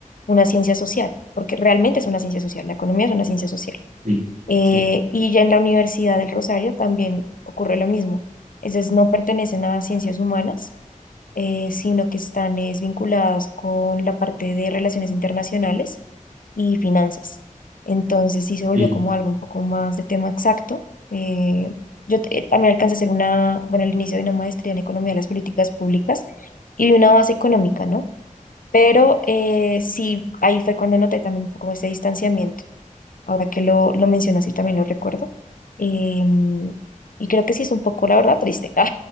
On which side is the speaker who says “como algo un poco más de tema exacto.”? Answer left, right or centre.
Left